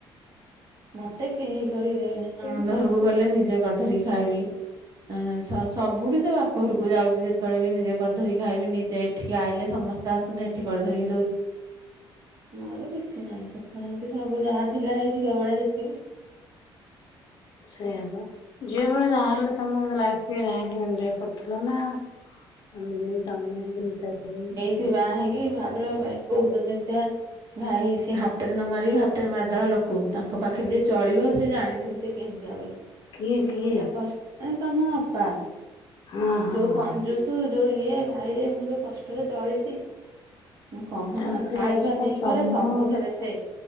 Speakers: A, on the right (about 45°); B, on the left (about 50°).
A: ମତେ କେହି କରିକିଦେବେନି। ନଣନ୍ଦ
B: ସେ
A: ଘରୁକୁ ଗଲେ ନିଜେ କରି ଧରିକି ଖାଇବି। ଏଁ ସବୁଠି ତ ବାପ ଘରକୁ ଯାଉଚି ଯେତବେଳେ ବି ନିଜେ କରି ଧରିକି ଖାଇବି। ନିଜେ ଏଠିକି ଆଇଲେ ସମସ୍ତେ ଆସନି ଏଠ୍ ଏଠି କରି ଧରିକି ଦଉ ନହେଲେ କି କିଛି ନାହିଁ ସୁଖ ଶାନ୍ତି ସବୁ ଯାହା ଥିଲା ହେଇ ଝିଅ ବଳେ ଯେତିକି।
B: ସେଇଆ ବା ଝିଅ ବେଳେ ଯାହାଲେ ତମେ ଲାଇଫ କି ଯାହେଲେ ଏନଜଏ କରୁଥିଲ ନା। ଆମ ଦେଇ ତମେ ଯେମ ତା ଦେଇ।
A: କି ବା ହେଇକି ଭାବିବ କାଇଁ ବୋଉ ତ ଜେମତିଆ। ଭାଇ ସାଏ ହାତରେ ନ ମାରି ଭାତରେ ମାରିଦବା ଲୋକ ତାଙ୍କ ପାଖରେ ଯିଏ ଚଳିବ ସେ ଜାଣିଥିବ ସେ। କେମତିଆ ବୋଲି। ମୁଁ
B: କିଏ କିଏ
A: ସେମତିଆ କଷ୍ଟ ଏଁ ତମ ଅପା
B: ହଁ ହଁ
A: ଯୋଉ କଞ୍ଜୁସୁ
B: ହଁ
A: ଯୋଉ। ଇଏ ଭାଇରେ ମୁଁ ଯୋଉ କଷ୍ଟରେ ଚଳିଛି। ମୁଁ କହନା
B: ତାପରେ
A: ଖାଇବା
B: ସେଇଆ ବା ତ
A: ପିଇବାରେ
B: ତମ
A: ସବୁଥିରେ ସେ।